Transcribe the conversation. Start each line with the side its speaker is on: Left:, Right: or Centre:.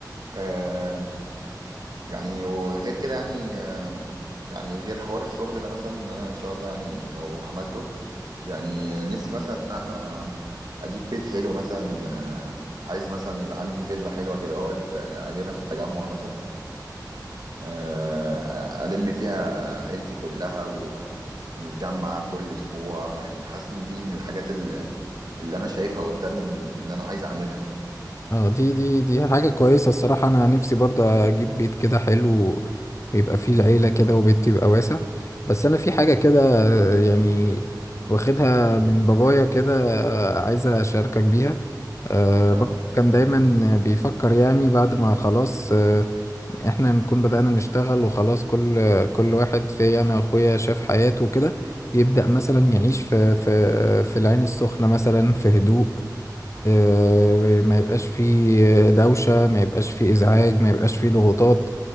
Right: آه، يعني وغير كده يعني آه، يعني غير حوار الشغل ده مثلا ان انا ان شاء الله يعني لو عملته يعني نفسي مثلا ان احنا اجيب بيت حلو مثلا آه، عايز مثلا يبقى عندي فيلا حلوة كده اهوت آه، اجيبها في التجمع مثلا آه، الم فيها عيلتي كلها و ونتجمع كل اسبوع يعني حاسس ان دي من الحاجات اللي, اللي انا شايفها قدام ان إن انا عايز اعملها
Left: اه دي دي دي حاجة كويسة الصراحة أنا نفسي برضه أجيب بيت كده حلو ويبقى فيه العيلة كده وبيت يبقى واسع بس أنا في حاجة كده يعني واخدها من بابايا كده آه، عايزة أشاركك بيها آه،
Right: آه،
Left: بابا كان دايما بيفكر يعني بعد ما خلاص آه، إحنا نكون بدأنا نشتغل وخلاص كل كل واحد في أنا وأخويا شاف حياته وكده يبدأ مثلا يعيش في في في العين السخنة مثلا في هدوء آه، ما يبقاش فيه دوشة ما يبقاش فيه إزعاج ما يبقاش فيه ضغوطات